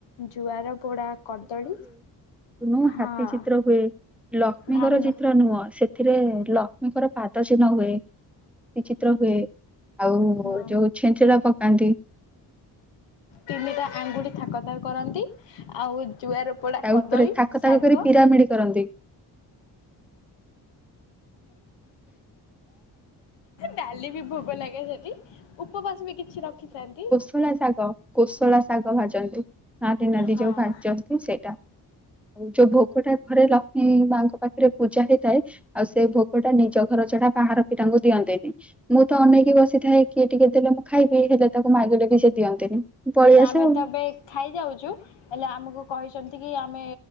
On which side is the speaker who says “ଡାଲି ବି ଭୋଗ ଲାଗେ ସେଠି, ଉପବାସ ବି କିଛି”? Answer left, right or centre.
Left